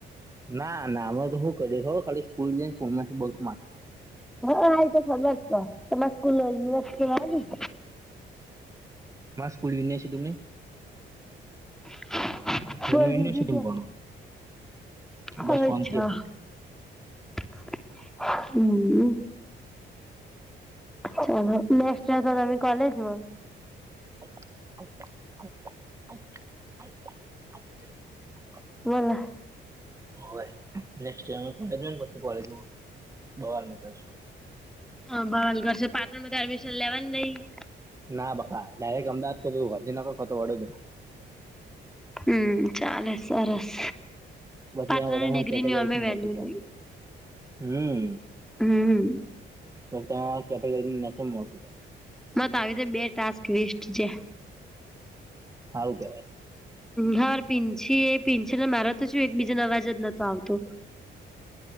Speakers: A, on the right; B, in the centre.
A: ના ના અમે તો શું કરીએ ખબર, ખાલી સ્કૂલ જઈને કોઈ નથી બલ્ક માર દઈએ
B: હા આ તો ખબર સો તમારા સ્કૂલ યુનિવર્સિટીમાં આવી?
A: અમાર સ્કૂલ યુનિવર્સીટી મા નઈ'
B: <inaudible>
A: એટલે
B: બોલ
A: હું યુનિવર્સિટીમાં
B: બીજુ
A: ભણું
B: શું
A: બસ શાંતિ
B: છે?
A: હતી
B: <inaudible> હમ ચાલો નેક્સ્ટ યર તો તમે કોલેજમાં.
A: <inaudible>
B: બોલો?
A: હોય નેક્સ્ટ યર કોલેજ <inaudible> કોલેજ મા બબાલ મચાવશું.
B: હ બવાલ કરશે પાટણ માં તો એડમિશન લેવાની નઈ?
A: ના બકા ડાયરેક્ટ અમદાવાદ કતું ગાંધીનગર કતું વડોદરા.
B: હમ્મ ચાલે સરસ!
A: બદલા
B: પાટણની
A: બધામા
B: ડિગ્રીની
A: કેટેગરી
B: અમે વેલ્યુ
A: <inaudible>
B: નહી.
A: હમ્મ
B: હમ્મ
A: પછી ત્યાં કેટેગરી <unintelligible>
B: મારેતો આવી રીતે બે ટાસ્ક વેસ્ટ છે.
A: હારુ કેવાય.
B: હર પીંછી એ પીંછી ને મારત તોછું એકબીજાનો અવાજ જ નત આવતો